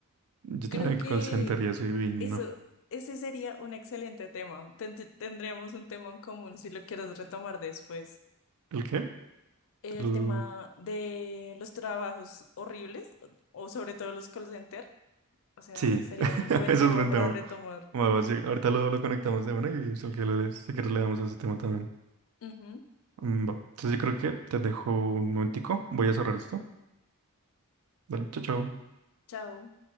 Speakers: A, on the right; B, on the left.
A: Yo
B: creo
A: trabajé en
B: que
A: call center y eso y no.
B: eso, ese sería un excelente tema. Tend- tendríamos un tema en común si lo quieres retomar después.
A: ¿El qué?
B: el
A: El-
B: tema de los trabajos horribles o sobre todo los call center. O sea,
A: Sí,
B: sería
A: <laughs>
B: un buen
A: eso
B: tema
A: es buen
B: para
A: tema.
B: retomar.
A: Bueno, sí, ahorita lo, lo conectamos de una y si quieres le si quieres le damos a ese tema también.
B: Ujú,
A: Mm, va. Entonces yo creo que te dejo un momentico. Voy a cerrar esto. Dale, chao, chao.
B: Chao.